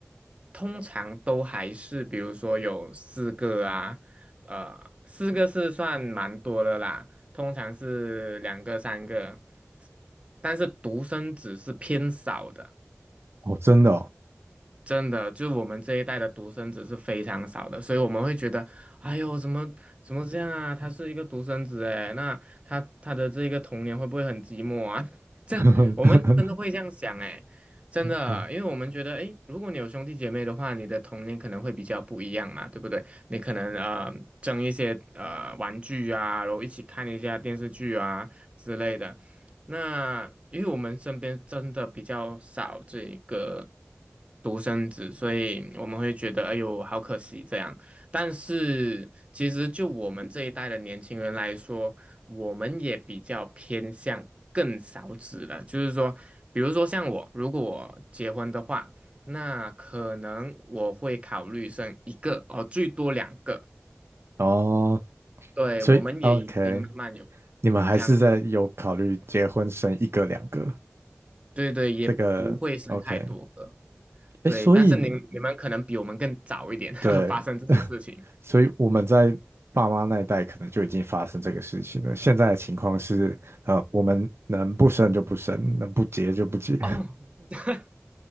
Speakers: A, on the right (about 25°); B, on the right (about 65°).
A: 通常都还是比如说有四个啊，呃，四个是算蛮多的啦，通常是两个三个，但是独生子是偏少的。
B: 哦，真的哦，
A: 真的，就我们这一代的独生子是非常少的，所以我们会觉得，哎呦，怎么怎么这样啊？他是一个独生子，哎，那他他的这个童年会不会很寂寞啊？<laughs> 这我们真的会这样想，
B: <laughs>
A: 哎，真的，
B: 嗯，
A: 因为我们觉得，哎，如果你有兄弟姐妹的话，你的童年可能会比较不一样嘛，对不对？你可能呃争一些呃玩具啊，然后一起看一下电视剧啊之类的。那因为我们身边真的比较少这个独生子，所以我们会觉得哎呦好可惜这样。但是其实就我们这一代的年轻人来说，我们也比较偏向更少子了。就是说，比如说像我，如果我结婚的话，那可能我会考虑生一个哦，最多两个。
B: 哦，
A: 对，
B: 所以
A: 我们也已经慢慢有
B: OK。你们还是在有考虑结婚生一个两个，
A: 这样子，对对，也不会生太多个。
B: 这个 OK，哎，
A: 对，
B: 所以
A: 但是你你们可能比我们更早一点 <laughs>
B: 对，
A: 发生这些事情
B: <laughs> 所以我们在爸妈那一代可能就已经发生这个事情了。现在的情况是，呃，我们能不生就不生，能不结就不结。
A: 哦，<laughs>